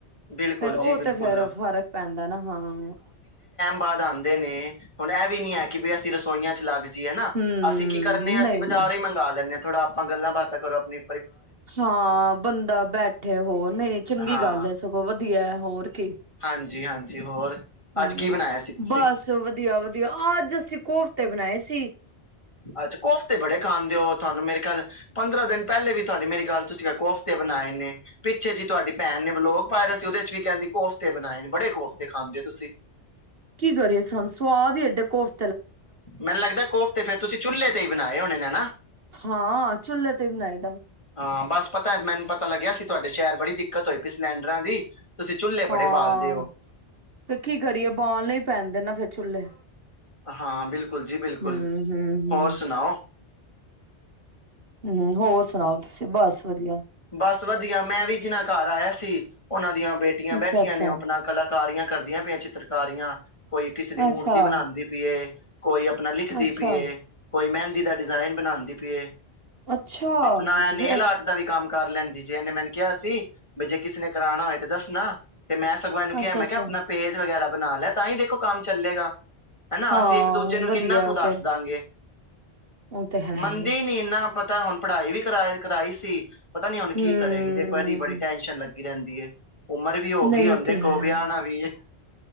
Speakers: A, on the left (about 30°); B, on the right (about 60°).
A: ਬਿਲਕੁਲ
B: ਫਿਰ, ਉਹ
A: ਜੀ ਬਿਲਕੁਲ
B: ਤੇ ਫੇਰ, ਫ਼ਰਕ ਪੈਂਦਾ ਨਾ, ਹਾਂ।
A: ਬਾਦ ਆਉਂਦੇ ਨੇ ਹੁਣ ਇਹ ਵੀ ਨਹੀਂ ਹੈ, ਕੇ ਬੇ ਸੋਈਆ ਚ ਲ ਹੈ ਨਾ
B: ਹਮ
A: ਅਸੀਂ ਕੀ ਕਰਨੇ ਹਾਂ,
B: ਨਹੀਂ
A: ਅਸੀਂ ਬਾਜ਼ਾਰ
B: ਨਹੀਂ
A: ਹੀ ਮੰਗਵਾ ਲੈਂਨੇ ਹਾਂ। ਥੋੜਾ ਆਪਾਂ ਗੱਲਾਂ ਬਾਤਾਂ ਕਰੋ, ਆਪਣੀ
B: ਹਾਂ, ਬੰਦਾ ਬੈਠੇ ਹੋਰ ਨਹੀਂ ਚੰਗੀ
A: ਹਾਂ
B: ਗੱਲ ਹੈ, ਸਗੋਂ ਵਧੀਆ। ਹੋਰ ਕੀ?
A: ਹਾਂਜੀ ਹਾਂਜੀ ਹੋਰ
B: ਹਮ
A: ਅੱਜ ਕੀ ਬਣਾਇਆ ਸੀ ਤੁਸੀਂ
B: ਬਸ ਵਧੀਆ। ਵਧੀਆ ਅੱਜ ਅਸੀਂ ਕੋਫਤੇ ਬਣਾਏ ਸੀ।
A: ਅੱਛਾ ਕੋਫਤੇ ਬੜੇ ਖਾਂਦੇ ਹੋ, ਤੁਹਾਨੂੰ ਮੇਰੇ ਖਿਆਲ ਪੰਦਰਾਂ ਦਿਨ ਪਹਿਲੇ ਵੀ ਤੁਹਾਡੀ ਮੇਰੀ ਗੱਲ ਤੁਸੀਂ ਕਿਹਾ ਕੋਫਤੇ ਬਣਾਏ ਨੇ ਪਿੱਛੇ ਜੀ ਤੁਹਾਡੀ ਭੈਣ ਨੇ ਵਲੋਗ ਪਾਇਆ ਦਾ ਸੀ, ਉਹਦੇ ਚ ਵੀ ਕਹਿੰਦੀ ਕੋਫਤੇ ਬਣਾਏ ਨੇ ਬੜੇ ਕੋਫਤੇ ਖਾਂਦੇ ਹੋ ਤੁਸੀਂ।
B: ਕੀ ਕਰੀਏ, ਸਾਨੂੰ ਸੁਵਾਦ ਹੀ ਐਡੇ ਕੋਫ
A: ਮੈਨੂੰ ਲੱਗਦਾ, ਕੋਫਤੇ ਫਿਰ ਤੁਸੀਂ ਚੁੱਲ੍ਹੇ ਤੇ ਹੀ ਬਣਾਏ ਹੋਣੇ ਨੇ ਨਾ
B: ਹਾਂ, ਚੁੱਲ੍ਹੇ ਤੇ ਹੀ ਬਣਾਏ।
A: ਹਾਂ, ਬਸ ਪਤਾ ਮੈਨੂੰ ਪਤਾ ਲੱਗਿਆ ਸੀ, ਤੁਹਾਡੇ ਸ਼ਹਿਰ ਬੜੀ ਦਿੱਕਤ ਹੋਈ ਪਈ ਸਿਲੈਂਡਰਾਂ ਦੀ। ਤੁਸੀਂ ਚੁੱਲ੍ਹੇ
B: ਹਾਂ
A: ਬੜੇ ਬਾਲਦੇ ਹੋ
B: ਫਿਰ ਕੀ ਕਰੀਏ, ਬਾਲਣੇ ਪੈਂਦੇ ਨਾ ਫੇਰ ਚੁੱਲ੍ਹੇ
A: ਹਾਂ ਬਿਲਕੁਲ ਜੀ ਬਿਲਕੁਲ
B: ਹੂੰ ਹੂੰ।
A: ਹੋਰ ਸੁਣਾਓ
B: ਹੂੰ ਹੋਰ ਸੁਣਾਓ, ਤੁਸੀਂ ਬਸ ਵਧੀਆ।
A: ਬਸ ਵਧੀਆ ਮੈਂ ਵੀ ਜਿਨਾ ਘਰ ਆਇਆ ਸੀ, ਉਹਨਾਂ ਦੀਆਂ ਬੇਟੀਆਂ ਬੈਠੀਆਂ
B: ਅੱਛਾ ਅੱਛਾ
A: ਨੇ, ਆਪਣਾ ਕਲਾਕਾਰੀਆਂ ਕਰਦੀਆਂ ਪਈਆਂ, ਚਿੱਤਰਕਾਰੀਆਂ ਕੋਈ ਕਿਸੇ ਦੀ ਮੂਰਤੀ
B: ਅੱਛਾ
A: ਬਣਾਉਂਦੀ ਪਈਏ, ਕੋਈ ਆਪਣਾ ਲਿਖਦੀ
B: ਅੱਛਾ
A: ਪਈਏ, ਕੋਈ ਮਹਿੰਦੀ ਦਾ ਡਿਜ਼ਾਇਨ ਬਣਾਉਂਦੀ ਪਈਏ,
B: ਅੱਛਾ
A: ਆਪਣਾ
B: ਵਧੀਆ
A: ਨੇਲ ਆਰਟ ਦਾ ਵੀ ਲੈਂਦੀ ਜੇ, ਇਹਨੇ ਮੈਨੂੰ ਕਿਹਾ ਸੀ ਵੀ ਜੇ ਕਿਸੇ ਨੇ ਕਰਾਉਣਾ ਹੋਏ ਤਾਂ ਦੱਸਣਾ। ਤੇ ਮੈਂ ਸਗੋ ਏਨੂੰ ਕਿਹਾ,
B: ਅੱਛਾ
A: ਮੈਂ
B: ਅੱਛਾ
A: ਕਿਹਾ ਆਪਣਾ ਪੇਜ ਵਗੈਰਾ ਬਣਾ ਲੈ, ਤਾਂ ਹੀ ਦੇਖੋ ਕੰਮ ਚੱਲੇਗਾ ਹਨਾ,
B: ਹਾਂ
A: ਅਸੀਂ ਇੱਕ ਦੂਜੇ ਨੂੰ
B: ਵਧੀਆ
A: ਕਿੰਨਾ ਕੁ
B: ਉਹ
A: ਦੱਸਦਾਗੇ
B: ਤੇ ਉਹ ਤੇ ਹੈ
A: ਮੰਨਦੀ
B: ਹੀ ਹੈ
A: ਨੀ ਪ ਤਾਂ ਹੁਣ ਪੜ੍ਹਾਈ ਵੀ ਕਰਾ ਕਰਾਈ ਸੀ। ਪਤਾ ਨੀ, ਹੁਣ ਕੀ
B: ਹਮ
A: ਕਰੇਗੀ ਦੇਖੋ, ਇਹਦੀ ਬੜੀ ਟੈਨਸ਼ਨ ਲੱਗੀ। ਲੱਗੀ ਕਹਿੰਦੀ ਏ। ਉਮਰ ਵੀ ਹੋ
B: ਨਹੀਂ
A: ਗਈ ਹੁਣ
B: ਉਹ
A: ਦੇਖੋ,
B: ਤੇ ਹੈ
A: ਵਿਆਣਾ ਵੀ ਏ।